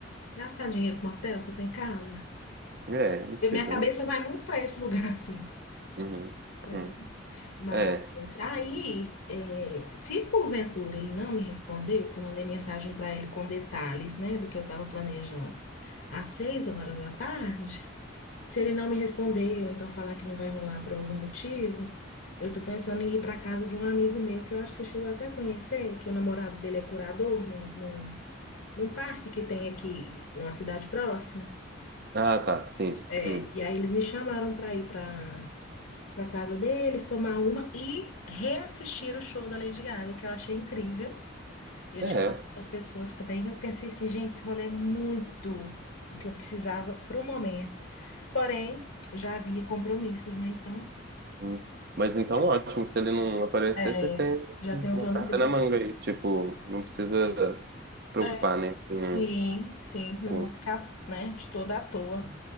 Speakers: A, on the left; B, on the right.
A: Gastar dinheiro com hotel, você tem casa?
B: É, não precisa,
A: E minha cabeça
B: né?
A: vai muito para esse lugar, <laughs> assim.
B: Uhum.
A: né?
B: Hum.
A: Mas
B: É.
A: aí, é, se porventura ele não me responder, porque eu mandei mensagem para ele com detalhes, né, do que eu estava planejando, às seis horas da tarde, se ele não me responder ou então falar que não vai rolar por algum motivo, eu tô pensando em ir para casa de um amigo meu que eu acho que você chegou até a conhecer, que o namorado dele é curador num, num, num parque que tem aqui, numa cidade próxima.
B: Ah, tá, sim.
A: É,
B: Hum.
A: e aí eles me chamaram para ir para para casa deles, tomar uma e reassistir o show da Lady Gaga, o que eu achei incrível. E eles
B: É.
A: chamaram outras pessoas também. E Eu pensei assim, gente, esse rolê é muito o que eu precisava pro momento. Porém, já havia compromissos, né? Então,
B: Hum. Mas então, ótimo. Se ele não aparecer,
A: é,
B: você tem
A: já
B: uma
A: tem um plano
B: carta
A: B.
B: na manga aí. Tipo, não precisa se preocupar,
A: É,
B: né? Com,
A: sim, sim, não
B: com...
A: vou ficar, né, de toda à toa.